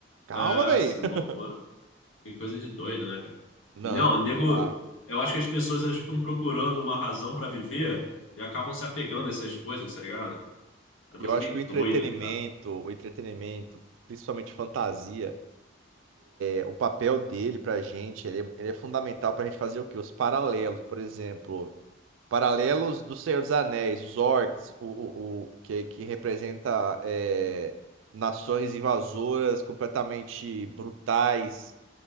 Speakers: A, on the right; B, on the left.
A: Calma,
B: é,
A: velho.
B: assim,
A: <laughs>
B: loucura. Que coisa de doido, né, cara?
A: Não,
B: Não, nego,
A: não dá.
B: eu acho que as pessoas elas ficam procurando uma razão pra viver e acabam se apegando a essas coisas, tá ligado? É uma coisa
A: Eu acho
B: meio
A: que o entretenimento,
B: doida. tá?
A: o entretenimento, principalmente fantasia. é, o papel dele pra gente, ele é, ele é fundamental pra gente fazer o quê? Os paralelos, por exemplo, paralelos do Senhor dos Anéis, os orcs, o, o, o- que, que representa é, nações invasoras completamente brutais,